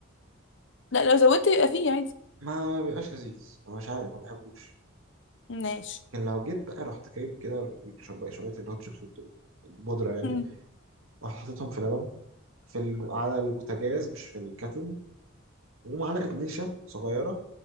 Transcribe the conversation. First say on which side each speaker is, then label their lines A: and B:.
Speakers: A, on the left; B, on the right.
A: لا لو زودت يبقى فيه عادي
B: ما بيبقاش لذيذ أنا مش عارف ما بحبوش
A: ماشي
B: لكن لو جيت بقى رحت جايب كده شوية شوية الهوت شوكليت دول، البودرة يعني
A: مم.
B: ورحت حطيتهم في لبن في الب... على البوتاجاز مش في الكاتل ومعلقة نشا صغيرة